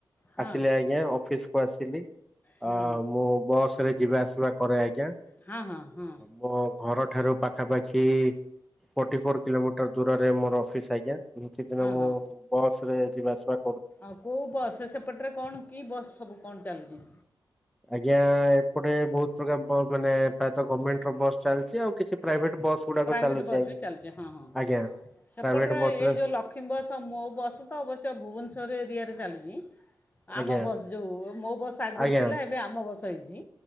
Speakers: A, on the left; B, in the centre.
A: ହଁ
B: ଆସିଲି ଆଜ୍ଞା ଅଫିସ କୁ ଆସିଲି
A: ହୁଁ
B: ମୁଁ ବସ ରେ ଯିବା ଆସିବା କରେ ଆଜ୍ଞା
A: ହଁ ହଁ ହଁ
B: ମୋ ଘର ଠାରୁ ପାଖାପାଖି ଫଟି ଫର କିଲୋମିଟର ଦୂରରେ ମୋର ଅଫିସ୍ ଆଜ୍ଞା କିଛି ଦିନ
A: ହଁ
B: ମୁଁ
A: ହଁ
B: ବସ ରେ ଯିବାସିବା
A: ଆଉ କୋଉ ବସ୍ ସେପଟରେ କଣ କି ବସ୍ ସବୁ କଣ ଚାଲୁଛି।
B: ଆଜ୍ଞା ଏପଟେ ବହୁତ ପ୍ରକାର ବ ମାନେ ପ୍ରାୟତ ଗର୍ମେଣ୍ଟର ବସ୍ ଚାଲିଛି ଆଉ କିଛି। ପ୍ରାଇଭେଟ ବସ୍ ଗୁଡାକ
A: ପ୍ରାଇଭେଟ୍
B: ଚାଲୁଛି
A: ବସ୍
B: ଆଜ୍ଞା
A: ବି ଚାଲୁଛି ହଁ ହଁ
B: ଆଜ୍ଞା
A: ସେପଟରେ
B: ପ୍ରାଇଭେଟ ବସ
A: ଏ
B: ରେ
A: ଯୋଉ ଲକ୍ଷ୍ମୀ ବସ୍ ମୋ ବସ୍ ତ ଅବଶ୍ୟ ଭୁବନେଶ୍ୱର ଏରିଆରେ ଚାଲୁଚି
B: ଆଜ୍ଞା
A: ଆମ ବସ୍ ଯୋଉ ମୋ ବସ୍ ଆଗରୁ
B: ଆଜ୍ଞା
A: ଥିଲା ଏବେ ଆମ ବସ୍ ହେଇଚି